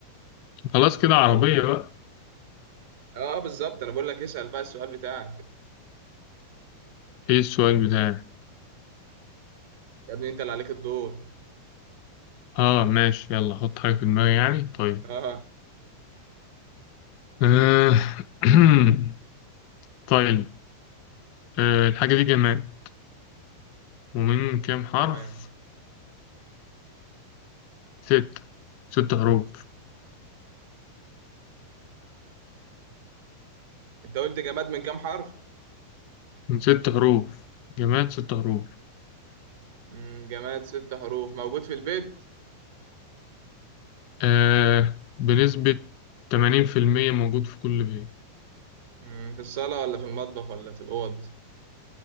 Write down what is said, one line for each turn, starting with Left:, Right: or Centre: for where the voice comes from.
Left: خلاص كده عربية بقى
Right: اه بالظبط انا بقول لك اسأل بقى السؤال بتاعك
Left: ايه السؤال بتاعي
Right: يا ابني انت اللي عليك الدور
Left: اه ماشي يلا حط حاجة في دماغي يعني طيب
Right: اه
Left: آه. <clears throat> طيب آه. الحاجة دي جماد ومن كام حرف
Right: تمام
Left: ستة ست حروف
Right: انت قلت جماد من كام حرف؟
Left: من ست حروف جماد ست حروف
Right: مم، جماد ست حروف موجود في البيت؟
Left: آه. بنسبة تمانين في المية موجود في كل بيت
Right: مم، في الصالة ولا في المطبخ ولا في الأوض؟